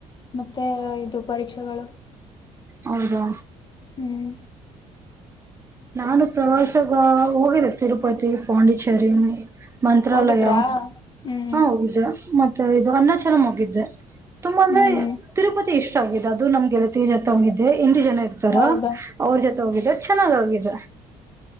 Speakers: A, on the left; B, on the right.
A: ಮತ್ತೆ ಇದು ಪರೀಕ್ಷೆಗಳು.
B: ಹೌದಾ
A: ಹ್ಮ್
B: ನಾನು ಪ್ರವಾಸಗ ಹೋಗಿದೆೆ ತಿರುಪತಿ ಪಾಂಡಿಚೇರಿ. ಮಂತ್ರಾಲಯ
A: ಹೋಗಿದ್ರಾ ಹ್ಮ್
B: ಹಾ ಹೋಗಿದ್ದೆ ಮತ್ತೆ ಇದು ಅನ್ನಾಚಲಮ ಹೋಗಿದ್ದೆ. ತುಂಬಾ ಅಂದ್ರೆ
A: ಹ್ಮ್
B: ತಿರುಪತಿ ಇಷ್ಟ ಆಗಿದೆ ಅದು ನಮ್ ಗೆಳತಿ ಜೊತೆ ಹೋಗಿದ ದ್ದೆ ಎಂಟ ಜನ ಇರ್ತಾರ
A: ಹೌದಾ
B: ಅವ್ರ ಜೊತೆ ಹೋಗಿದ್ದೇ ಚೆನ್ನಾಗ್ ಹೊಗಿದ.